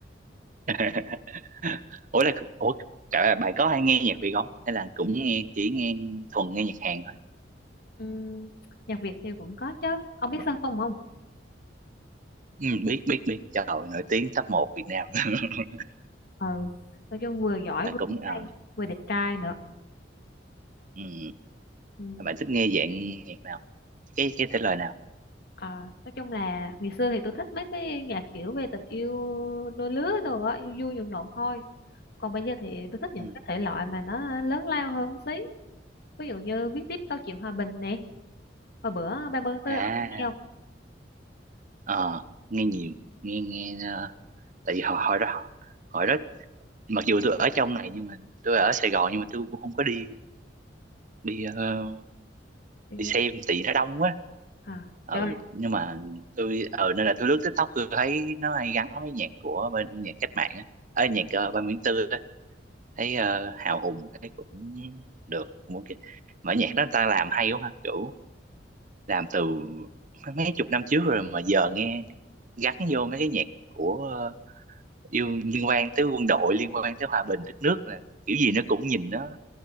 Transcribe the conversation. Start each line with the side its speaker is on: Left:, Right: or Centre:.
Right: <laughs> ủa là ủa cả bạn có hay nghe nhạc Việt không hay là cũng nghe chỉ nghe thuần nghe nhạc Hàn thôi
Left: Ừm, nhạc Việt thì cũng có chứ ông biết Sơn Tùng không
Right: ừ, biết biết biết trời ơi, nổi tiếng top một Việt Nam <laughs>
Left: ừ nói chung vừa giỏi
Right: là
Left: vừa
Right: cũng
Left: hay
Right: ờ,
Left: vừa đẹp trai nữa
Right: ừ.
Left: Ừm,
Right: bạn thích nghe dạng nhạc nào cái cái thể loại nào
Left: à, nói chung là ngày xưa thì tôi thích mấy cái nhạc kiểu về tình yêu đôi lứa đồ á vui vui nhộn nhộn thôi còn bây giờ thì tôi thích những
Right: ừ.
Left: cái thể loại mà nó lớn lao hơn xí ví dụ như viết tiếp câu chuyện hòa bình nè hồi bữa ba mươi tháng tư
Right: à
Left: ông có nghe không
Right: ờ nghe nhiều nghe nghe ờ, tại vì hồi, hồi đó hồi đó mặc dù tôi ở trong này nhưng mà tôi ở Sài Gòn nhưng mà tôi cũng không có đi đi ờ,
Left: Ừ.
Right: đi xem tại vì nó đông quá
Left: à
Right: ừ
Left: trời
Right: nhưng mà tôi ờ nên là tôi lướt TikTok tôi thấy nó hay gắn với nhạc của bên nhạc cách mạng á ở nhạc ờ, ba Nguyễn Tư á thấy ờ, hào hùng thấy cũng được cũng ok mà nhạc đó người ta làm hay quá ha kiểu làm từ mấy chục năm trước rồi mà giờ nghe gắn vô mấy cái nhạc của ờ, yêu liên quan tới quân đội liên quan tới hòa bình đất nước là kiểu gì nó cũng nhìn nó